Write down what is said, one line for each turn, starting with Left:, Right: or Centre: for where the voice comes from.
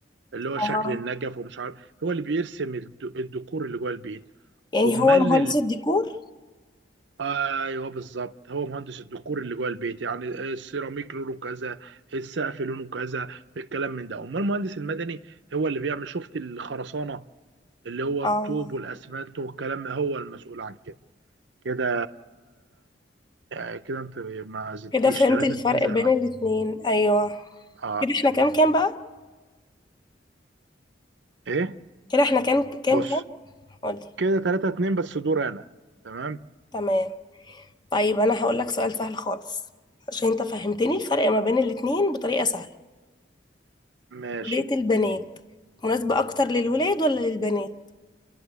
Right: اللي هو شكل
Left: اه
Right: النجف ومش عارف هو اللي بيرسم الد- الديكور اللي جوه البيت
Left: يعني
Right: امال
Left: هو المهندس الديكور
Right: ايوه بالظبط هو مهندس الديكور اللي جوه البيت يعني السيراميك لونه كذا السقف لونه كذا الكلام من ده امال المهندس المدني هو اللي بيعمل شفت الخرسانه اللي هو
Left: اه
Right: الطوب والاسمنت والكلام هو المسؤول عن كده كده آه، كده انت ما زدتيش
Left: كده فهمت
Right: 3
Left: الفرق
Right: 2 زي
Left: بين
Right: ما
Left: الاتنين ايوه
Right: اه
Left: كده احنا كام كام بقى
Right: ايه
Left: كده احنا كام كام
Right: بص
Left: كام قولي
Right: كده 3 2 بس دور انا تمام
Left: تمام طيب انا هقول لك سؤال سهل خالص عشان انت فهمتني الفرق ما بين الاتنين بطريقة سهلة
Right: ماشي
Left: كلية البنات مناسبة اكتر للولاد ولا للبنات